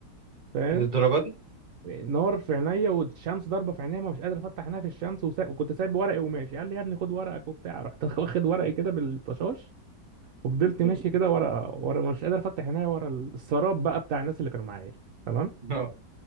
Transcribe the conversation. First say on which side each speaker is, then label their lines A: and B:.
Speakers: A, on the right; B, on the right.
A: فاهم
B: للدرجه دي
A: نار في عينيا والشمس ضاربه في عينيا ما مش قادر افتح عينيا في الشمس وسا... وكنت سايب ورقي وماشي قال لي يا ابني خد ورقك وبتاع رحت <laughs> واخد ورقي كده بالطشاش وفضلت ماشي
B: <laughs>
A: كده ورا ورا مش قادر افتح عينيا ورا السراب بقى بتاع الناس اللي كانوا معايا تمام
B: اه